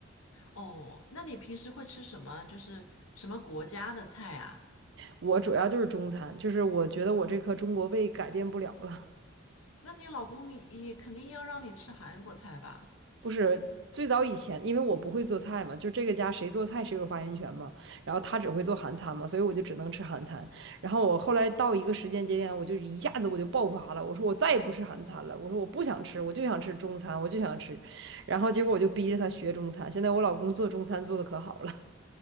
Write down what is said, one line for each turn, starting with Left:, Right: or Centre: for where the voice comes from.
Left: 哦。那你平时会吃什么？就是什么国家的菜啊？
Right: 我主要就是中餐，就是我觉得我这颗中国胃改变不了了。
Left: 那你老公也肯定要让你吃韩国菜吧？
Right: 不是最早以前，因为我不会做菜嘛，就这个家谁做菜谁有发言权嘛。然后他只会做韩餐嘛，所以我就只能吃韩餐。然后我后来到一个时间节点，我就一下子我就爆发了，我说我再也不吃韩餐了，我说我不想吃，我就想吃中餐，我就想吃。然后结果我就逼着他学中餐，现在我老公做中餐做的可好了。